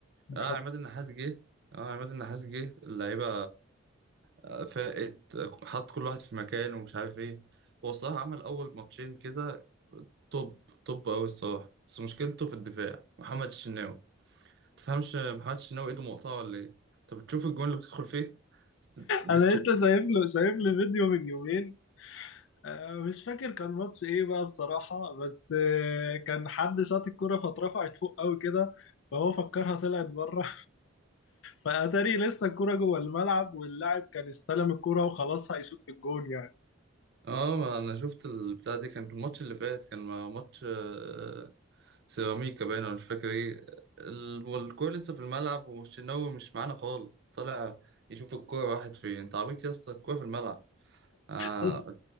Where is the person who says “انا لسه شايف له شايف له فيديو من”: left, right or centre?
Left